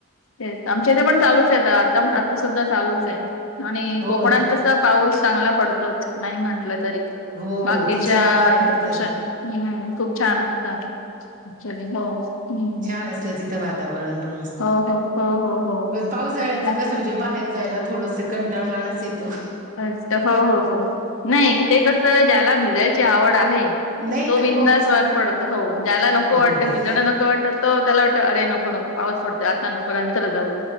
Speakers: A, on the left; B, on the right.
A: तेच आमच्या इथे पण चालूच आहे आता, आता सुद्धा चालूच आहे आणि
B: हो
A: कोकणात
B: ना
A: तर तर पाऊल चांगला पडतोच नाही म्हंटलं तरी
B: हो
A: बाकीच्या
B: तिथलं वातावरण
A: पक्षा
B: तर
A: हम् खूप छान असतं. चले हो हम्
B: छान असतं तिथं वातावरण पण मस्त
A: हो हो हो हो हो.
B: पण पावसाळ्याचं
A: तेच.
B: कसं म्हणजे बाहेर जायला थोडंसं कंटाळवाणस येतो.
A: असतं हो हो हो नाही. ते कसं? ज्याला भिजायची आवड आहे.
B: नाही
A: तो बिंदास
B: हो
A: बाहेर पडतो. हो ज्याला
B: हो
A: नको वाटतं
B: बरोबर
A: भिजणं नको वाटत तो त्याला वाटत अरे नको नको पाऊस पडतो आत्ता नको नंतर जाऊ.